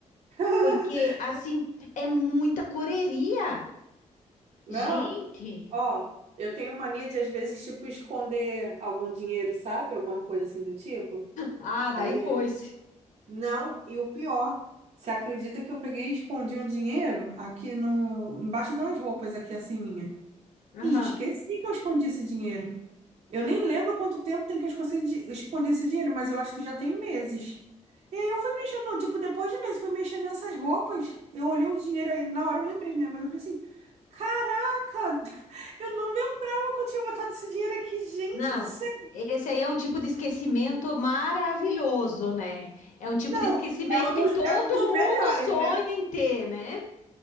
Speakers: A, on the right (about 55°); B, on the left (about 85°).
A: <laughs>
B: Porque, assim, é muita correria.
A: Não,
B: Gente.
A: ó, eu tenho mania de às vezes tipo esconder algum dinheiro, sabe? Alguma coisa assim do tipo.
B: Ah, daí
A: Aí,
B: foi-se.
A: não, e o pior, você acredita que eu peguei e escondi um dinheiro aqui no embaixo de umas roupas aqui assim minha?
B: Aham.
A: E esqueci que eu escondi esse dinheiro. Eu nem lembro quanto tempo tem que eu escondi, escondi esse dinheiro, mas eu acho que já tem meses. E aí eu fui mexendo, tipo, depois de meses, fui mexendo nessas roupas. Eu olhei o dinheiro aí, na hora eu lembrei, né? Mas eu falei assim: caraca, <laughs> eu não lembrava que eu tinha botado esse dinheiro aqui, gente
B: Não,
A: do céu.
B: esse aí é um tipo de esquecimento maravilhoso, né? É um tipo
A: Não,
B: de esquecimento
A: é um
B: que
A: dos,
B: todo
A: é um dos
B: mundo
A: melhores,
B: sonha
A: né?
B: em ter, né?